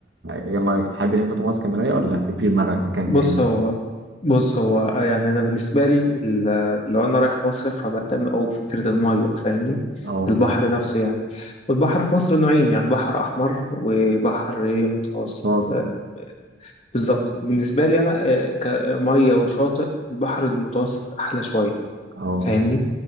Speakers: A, on the right (about 70°); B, on the left (about 35°).
A: إيه رأيك تحب إن أنت تروح اسكندرية ولا في في دماغك مكان
B: بص
A: تاني؟
B: هو بص هو يعني انا بالنسبه لي ال- لو انا رايح مصيف فبهتم قوي بفكره الميه فاهمني
A: أه
B: البحر نفسه يعني والبحر في مصر نوعين يعني بحر احمر وبحر إيه متوسط
A: خلاص
B: آه، بالظبط بالنسبه لي انا آه، كميه وشاطئ البحر المتوسط احلى شويه
A: أه
B: فاهمني